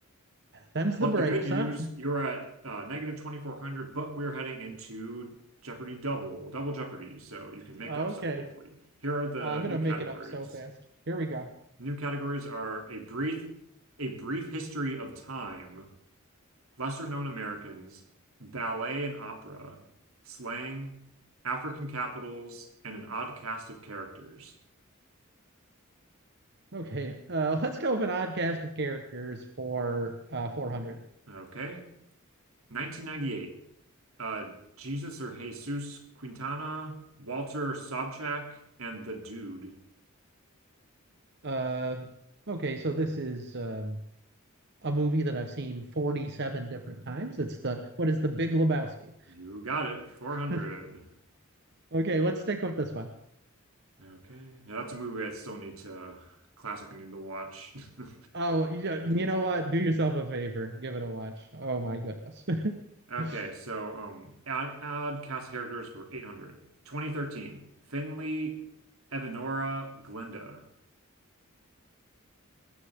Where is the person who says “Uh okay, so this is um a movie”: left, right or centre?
Right